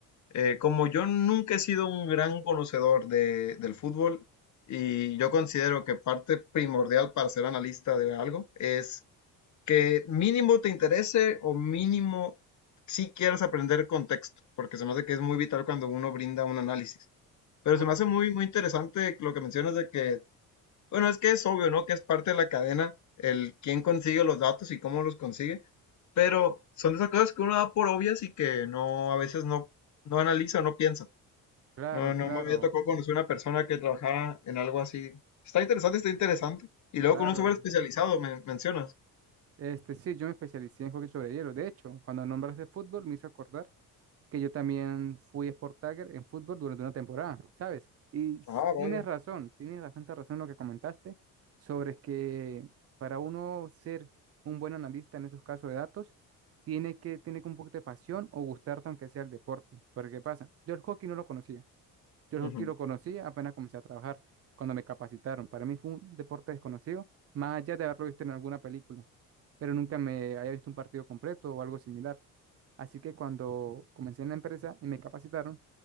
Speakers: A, on the left (about 45°); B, on the right (about 40°).
A: eh, como yo nunca he sido un gran conocedor de, del fútbol y yo considero que parte primordial para ser analista de algo es que mínimo te interese o mínimo si quieres aprender contexto, porque se me hace que es muy vital cuando uno brinda un análisis. Pero
B: Pues
A: se me hace muy, muy interesante lo que mencionas de que bueno, es que es obvio, ¿no? Que es parte de la cadena, el quién consigue los datos y cómo los consigue, pero son de esas cosas que uno da por obvias y que no, a veces no, no analiza, no piensa.
B: claro,
A: No,
B: claro,
A: no me había tocado conocer una persona que trabajara en algo así. Está interesante, está interesante. Y luego
B: claro.
A: con un software especializado, me mencionas.
B: Este, sí, yo me especialicé en hockey sobre hielo. De hecho, cuando nombraste fútbol, me hizo acordar que yo también fui Sport Tagger en fútbol durante una temporada, ¿sabes? Y s-
A: Ah,
B: tienes
A: vaya.
B: razón, tienes bastante razón en lo que comentaste sobre que para uno ser un buen analista en esos casos de datos, tiene que tener un poquito de pasión o gustarte aunque sea el deporte. Porque, ¿qué pasa? Yo el hockey no lo conocía. Yo el
A: Ujú.
B: hockey lo conocía apenas comencé a trabajar, cuando me capacitaron. Para mí fue un deporte desconocido, más allá de haberlo visto en alguna película pero nunca me había visto un partido completo o algo similar. Así que cuando comencé en la empresa y me capacitaron,